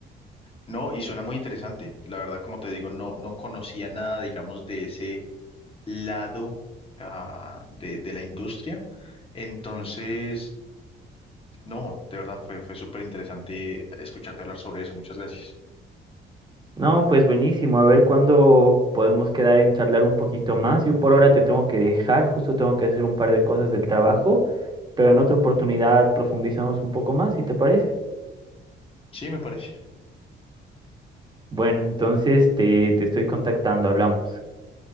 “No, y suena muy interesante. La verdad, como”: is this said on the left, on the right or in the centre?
Left